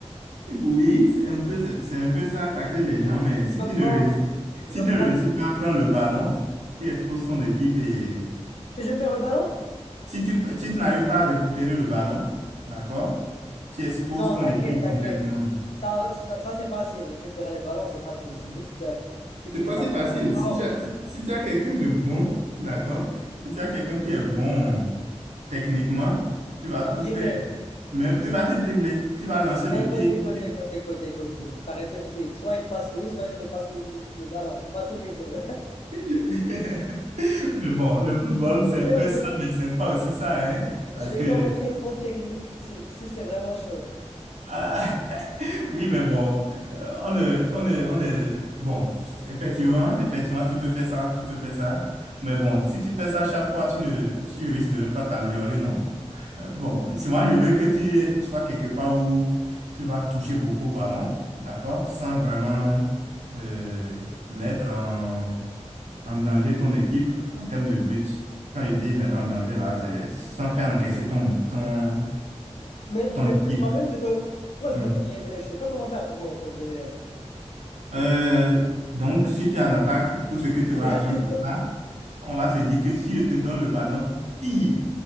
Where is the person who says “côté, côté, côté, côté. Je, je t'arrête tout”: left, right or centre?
Left